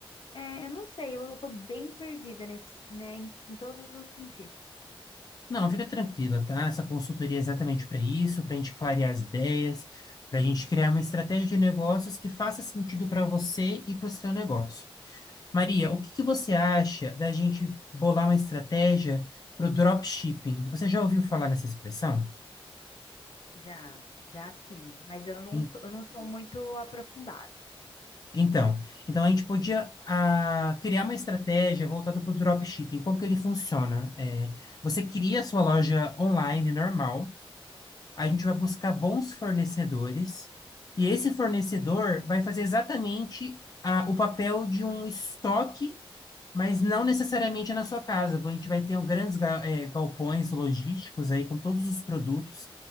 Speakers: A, on the left; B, on the left.
A: é, eu não sei, eu, eu tô bem perdida nesse, né, em, em todos os sentidos.
B: Não, fica tranquila, tá? Essa consultoria é exatamente para isso, para a gente clarear as ideias, para a gente criar uma estratégia de negócios que faça sentido para você e para o seu negócio. Maria, o que que você acha da gente bolar uma estratégia para o dropshipping? Você já ouviu falar nessa expressão?
A: Já, já sim, mas eu não,
B: Em-
A: tô- eu não sou muito aprofundada.
B: Então, então a gente podia ah, criar uma estratégia voltada para o dropshipping. Como que ele funciona? É, você cria a sua loja online normal. A gente vai buscar bons fornecedores e esse fornecedor vai fazer exatamente a- o papel de um estoque, mas não necessariamente na sua casa. A gente vai ter um grandes ga- eh, galpões logísticos aí com todos os produtos.